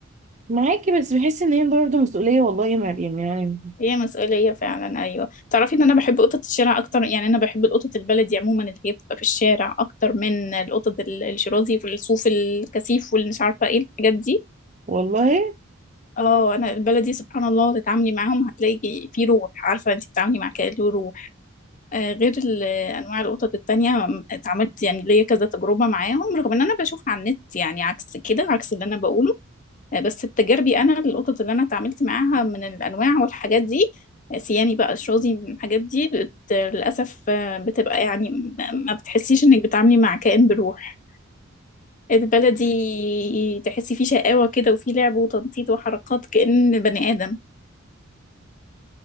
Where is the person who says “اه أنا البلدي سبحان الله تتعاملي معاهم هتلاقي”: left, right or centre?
Left